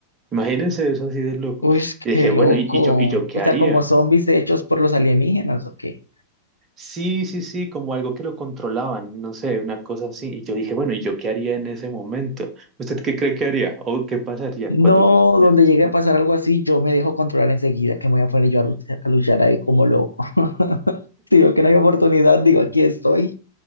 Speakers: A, on the right; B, on the left.
A: Imagínense eso así de loco.
B: Uy,
A: Y
B: qué
A: dije, bueno,
B: loco.
A: ¿y, y yo, y yo qué
B: O
A: haría?
B: sea, como zombies hechos por los alienígenas, ¿o qué?
A: Sí, sí, sí, como algo que lo controlaban, no sé, una cosa así. Y yo dije, bueno, ¿y yo qué haría en ese momento? ¿Usted qué cree que haría? ¿O qué pasaría
B: No,
A: cuando uno ve
B: donde
A: esas
B: llegue
A: cosas?
B: a pasar algo así, yo me dejo controlar enseguida, que me voy a poner yo a luchar, a luchar ahí como loco. <laughs> Si veo que no hay oportunidad, digo, aquí estoy,